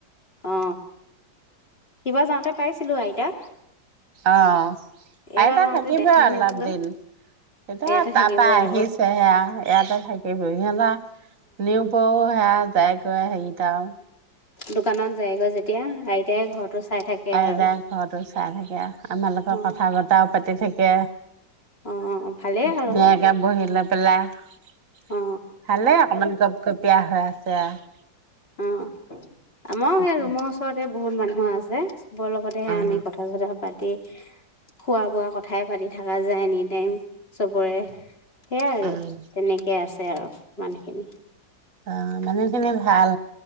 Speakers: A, on the left; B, on the right.
A: অ সিবাৰ যাওঁতে পাইছিলো আইতাক
B: অ',
A: এইবাৰ
B: আইতা
A: যাওঁতে
B: থাকিবই
A: দেখাই
B: অলপ
A: নাপালো
B: দিন, এতিয়া
A: ইয়াতে থাকিব
B: তাৰপা আহিছে
A: আৰু অ
B: অহ যাত্ৰী থাকিবই যপা আমাৰ নিয়ুপো সেয়া তাই কৈ হেৰী আও
A: দোকানত জয়গৈ যেতিয়া আইতাই ঘৰটো ছাই থাকে
B: প্ৰাই
A: আৰু
B: ভাগ ঘৰটো চাই থাকে আমা লগত
A: অ
B: কথা বতৰাও পাতি ঠিকে।
A: অ ভালেই
B: ধুনীয়াকে
A: আৰু
B: বহিলে। <unintelligible>
A: অ
B: ভালেই অকমান গপ গোপিয় হৈ আছে। আৰু
A: উম, আমাৰো
B: এতিয়া
A: সাই ৰোমৰ উচৰতাই। বহুত মানুহ আছে। বও লগতেই
B: উম
A: আমি কথা ছটা পাতি খোৱা বোৱা কথাই পাতি থকা যায় এনি টাইম ছবিৰে। সৈয়া আৰু,
B: উম
A: তেনেকৈ আছে আৰু। মানুহখিনি
B: অ', মানেখিনি ভাল।